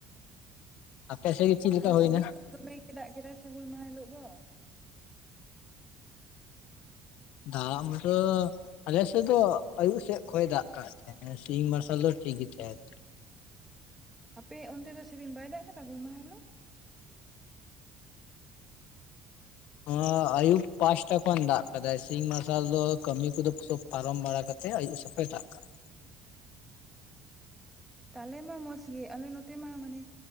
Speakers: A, on the left; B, in the centre.
A: ᱟᱯᱮ ᱥᱮᱫ ᱜᱮ ᱪᱮᱫ ᱞᱮᱠᱟ
B: ᱟᱨ
A: ᱦᱩᱭᱱᱟ
B: ᱥᱟᱹᱨᱤ ᱜᱮ ᱫᱚᱢᱮ ᱜᱮ ᱫᱟᱜ ᱠᱮᱫᱟᱭ ᱥᱮ ᱦᱩᱞ ᱢᱟᱦᱟ ᱦᱤᱞᱚᱜ ᱫᱚ।
A: ᱫᱟᱜ ᱢᱟᱛᱚ ᱟᱞᱮᱥᱮᱫ ᱫᱚ ᱟᱭᱩᱵ ᱥᱮᱫ ᱠᱷᱚᱡ ᱫᱟᱜ ᱠᱟᱜ ᱛᱟᱦᱮᱸᱜ᱾ ᱥᱤᱧ ᱢᱟᱨᱥᱟᱞ ᱫᱚ ᱴᱷᱤᱠ ᱜᱮ ᱛᱟᱦᱮᱸ
B: ᱟᱯᱮ ᱚᱱᱛᱮ ᱫᱚ ᱥᱮᱫᱤᱱ ᱵᱟᱭ ᱫᱟᱜ ᱠᱟᱫᱟ ᱦᱩᱞ ᱢᱟᱦᱟ ᱦᱤᱞᱚᱜ?
A: ᱦᱚᱸ ᱟᱭᱩᱵ ᱯᱟᱸᱥᱴᱟ ᱠᱷᱚᱱ ᱫᱟᱜ ᱠᱟᱫᱟᱭ। ᱥᱤᱧ ᱢᱟᱨᱥᱟᱞ ᱫᱚ ᱠᱟᱹᱢᱤ ᱠᱚᱫᱚ ᱥᱚᱠ ᱯᱟᱨᱚᱢ ᱵᱟᱲᱟ ᱠᱟᱛᱮ ᱟᱭᱩᱵ ᱥᱮᱯᱷᱚᱭ ᱫᱟᱜ ᱠᱟᱜᱼᱟ।
B: ᱛᱟᱦᱟᱞᱮ ᱢᱟ ᱢᱚᱸᱡᱽ ᱜᱮ। ᱟᱞᱮ ᱱᱚᱛᱮ ᱢᱟ ᱢᱟᱱᱮ